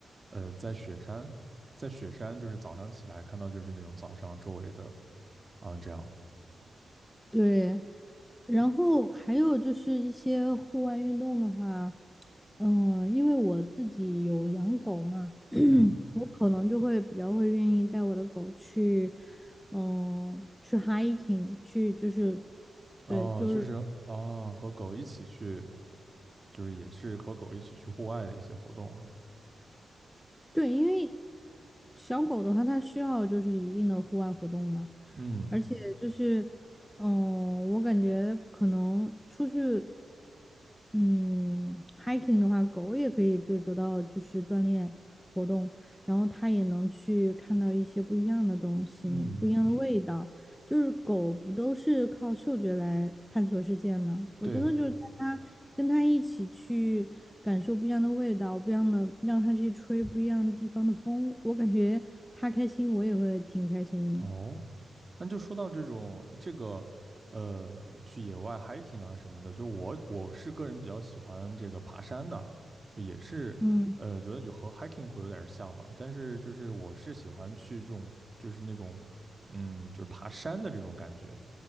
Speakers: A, on the right; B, in the centre.
A: 呃，在雪山，在雪山就是早上起来看到就是那种早上周围的啊这样，
B: 对，然后还有就是一些户外运动的话，嗯，因为我自己有养狗嘛。
A: 嗯，
B: 我可能就会比较会愿意带我的狗去，嗯、去 hiking，去就是，
A: 哦，
B: 对，就是
A: 就是啊和狗一起去，就是也是和狗一起去户外的一些活动啊，
B: 对，因为小狗的话，它需要就是一定的户外活动嘛，
A: 嗯
B: 而且就是，嗯、我感觉可能出去嗯，hiking 的话，狗也可以就是得到就是锻炼活动，然后它也能去看到一些不一样的东西，
A: 嗯，
B: 不一样的味道。就是狗不都是靠嗅觉来探索世界吗？我真的就是带它跟它一起去感受不一样的味道，
A: 对，
B: 不一样的，让它去吹不一样地方的风，我感觉它开心，我也会挺开心的。
A: 哦，那就说到这种这个，呃，去野外 hiking 啊什么的，就我我是个人比较喜欢这个爬山的，就也是，
B: 嗯。
A: 呃，觉得有和 hiking 会有点儿像嘛，但是就是我是喜欢去这种就是那种，嗯，就是爬山的这种感觉，